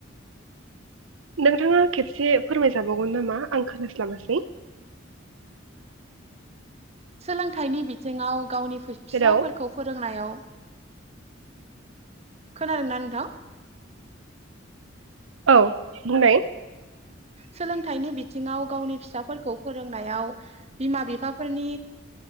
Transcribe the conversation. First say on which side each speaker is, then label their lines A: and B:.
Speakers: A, on the right (about 90°); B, on the right (about 35°).
A: नोंथाङा खेबसे फोरमायजाबावगोन नामा आं खोनास्लाबासै
B: सोलोंथाइनि बिथिङाव गावनि फिसाफोरखौ
A: हेलौ
B: फोरोंनायाव खोनादों ना नोंथां
A: औ बुंनाय
B: सोलों थाइनि बिथिङाव गावनि फिसाफोरखौ फोरोंनायाव बिमा बिफाफोरनि